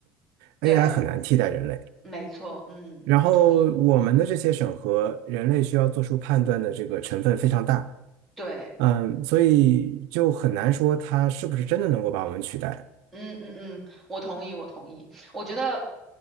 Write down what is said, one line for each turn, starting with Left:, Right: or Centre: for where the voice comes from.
Centre: 对，
Right: AI 很难替代人类，
Centre: 没错，嗯，
Right: 然后我们的这些审核，
Centre: 我同意，
Right: 人类需要做出判断的这个成分非常大，
Centre: 对。
Right: 嗯，所以就很难说它是不是真的能够把我们取代，
Centre: 嗯嗯嗯，我同意，我同意。我觉得，